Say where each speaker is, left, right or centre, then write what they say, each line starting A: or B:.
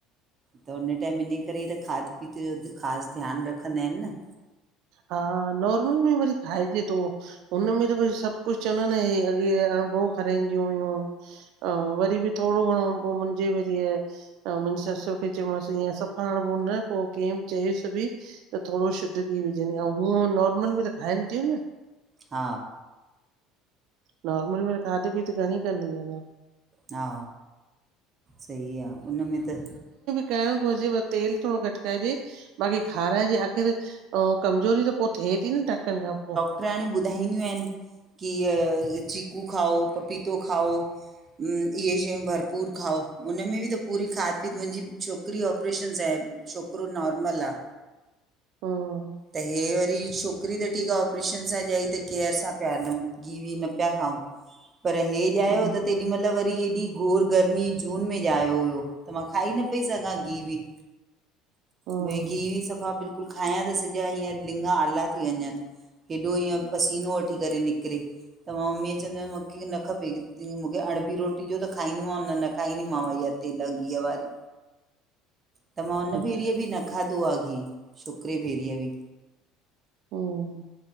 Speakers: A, on the right; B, on the right.
A: त हुन टाइम इने करे ई त खाध- पीते जो ख़ासि ध्यानु रखंदा इन न।
B: हा, नॉर्मल में वरी खाइजे तो, हुनमें त सभु कुछ चवंदा न, ए अॻे अणुभो खाराईंदियूं हुइयूं, अऊं वरी बि थोड़ो घणो पो मुंहिंजे में थियस, अऊं, मुंहिंजी ससु खे चयोमांस, ईअं सफ़ा अणबो न पो किंय बि चयेसि बि, त थोड़ो शुद्ध की विझंदी आ, हूंअ नॉर्मल बी त खाइनि थियूं न,
A: हा।
B: नॉर्मल में त खाध-पीत घणी कंदीयू ईन,
A: हा, सही आ। उन में त,
B: करणो घुरिजेव, तेल थोड़ो घट खाइजे, बाक़ी खाराइजे हरकेरे, ओं कमजोरी जो पो, थे ती न टाकनि खां पो,
A: प्राणियूं ॿुधाईंदियूं आहिनि की इय चीकू खाओ, पपीतो खाओ, अम, इहे शयूं भरपूर खाओ, उनमें बि त पूरी खाध पीत मुंहिंजी छोकिरी ऑपरेशन सां आहे। छोकिरो नॉर्मल आ।
B: हम्म
A: त हे वरी छोकिरी त ठीकु आ ऑपरेशन सां ॼाई त केअर सां पिया हलऊं, गिहु- वीह न पिया खाऊं। पर हे ॼायो
B: हम्म
A: त तेॾी महिल वरी एॾी गोर गर्मी जून में ॼायो हुयो त मां खाई न पई सघां गिहु- विह,
B: हम्म
A: भई गिह -वीह सफ़ा बिल्कुलु खायां त सॼा हीअं लिंॻ आला थी वञनि। हेॾो ईअं पसीनो वठी करे निकिरे। त मां मम्मीअ चवंदी हुयमि मुंखे न खपे, की मूंखे अणबी रोटी ॾियो त खाईंदीमांव न- न खाईंदीमांव हीअ। तेल घी अ वारी। त मां हुन
B: ॿुधायो
A: भेेरीअ बि न खाधो आ गिहु, छोकिरे भेेरीअ बि।
B: हम्म